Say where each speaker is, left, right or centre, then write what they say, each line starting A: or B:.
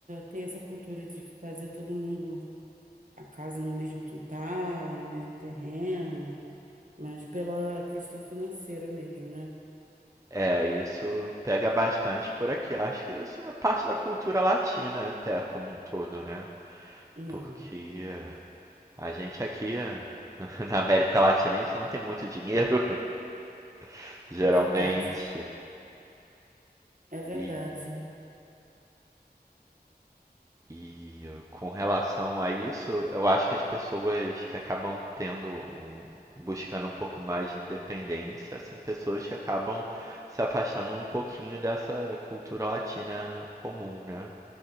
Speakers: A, on the right; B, on the right.
A: tem essa cultura de fazer todo mundo a casa no mesmo quintal, no mesmo terreno, mas pela questão financeira mesmo, né?
B: É, isso pega bastante por aqui. Eu Acho que isso é parte da cultura latina até como um todo, né?
A: Não,
B: Porque eh, a gente aqui eh, <laughs> na América Latina a gente não tem muito dinheiro, <laughs> geralmente.
A: verdade, é verdade.
B: E, e eh, com relação a isso, eu acho que as pessoas que acabam tendo um- buscando um pouco mais de independência são pessoas que acabam se afastando um pouquinho dessa cultura latina comum, né?